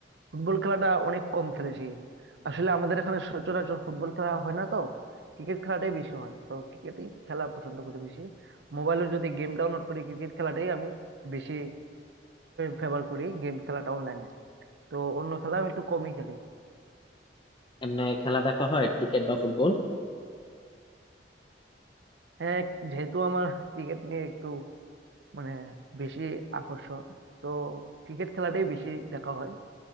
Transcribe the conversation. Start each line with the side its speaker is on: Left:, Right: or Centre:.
Right: ফুটবল খেলাটা অনেক কম খেলেছি আসলে আমাদের এখানে সচরাচর ফুটবল খেলা হয় না তো ক্রিকেট খেলাটাই বেশি হয় তো ক্রিকেটই খেলা পছন্দ করি বেশি মোবাইলে যদি গেম ডাউনলোড করি ক্রিকেট খেলাটাই আমি বেশি ফেভার করি গেম খেলাটা অনলাইনে তো অন্য খেলা আমি একটু কমই খেলি
Left: এমনি খেলা দেখা হয় ক্রিকেট বা ফুটবল
Right: হ্যাঁ যেহেতু আমার ক্রিকেট নিয়ে একটু মানে বেশি আকর্ষণ তো ক্রিকেট খেলাটাই বেশি দেখা হয়